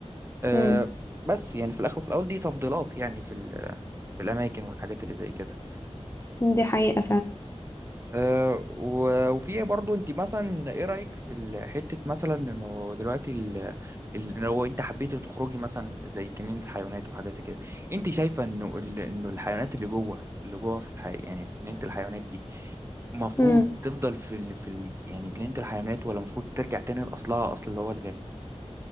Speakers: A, on the right; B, on the left.
A: آه،
B: امم
A: بس يعني في الاخر وفي الاول دي تفضيلات يعني في ال- في الاماكن والحاجات اللي زي كده
B: دي حقيقه
A: آه، و- وفي برضو انت مثلا ايه رايك في ال- حته مثلا انه دلوقتي ال- ال- لو انت حبيتي تخرجي مثلا زي جنينه حيوانات وحاجه زي كده انت شايفه انه ال- انه الحيوانات اللي جوه اللي جوه في الحي... يعني في جنينه الحيوانات دي المفروض
B: فعلا
A: تفضل في ال... في ال... يعني جنينه الحيوانات ولا المفروض ترجع تاني لاصلها اصل اللي هو